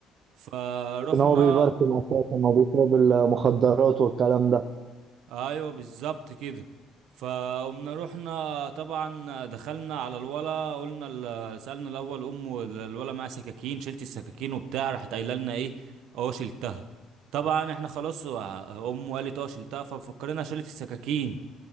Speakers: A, on the right (about 80°); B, on the right (about 55°).
A: فروحنا
B: لكن هو بيبركن اساسا ما بيشرب المخدرات والكلام ده
A: ايوه بالظبط كده فقمنا رحنا طبعا دخلنا على الولا قلنا ال- سألنا الاول ام الولا معاها سكاكين شلت السكاكين وبتاع راحت قايله لنا ايه اه شلتها طبعا احنا خلاص ع- امه قالت اه شلتها ففكرنا شلت السكاكين